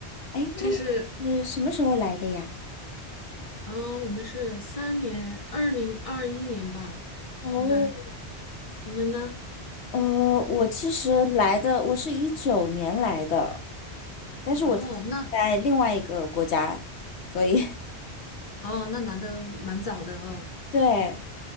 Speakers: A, on the left; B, on the left.
A: 哎，
B: 这是
A: 那你是什么时候来的呀？
B: 啊，我们是三年，二零二一年吧，
A: 哦，
B: 应该你们呢？
A: 呃，我其实来的，我是一九年来的，但是我之前在另外一个国家，
B: 哦，那
A: 所以 <laughs>
B: 哦，那来的蛮早的哦。
A: 对，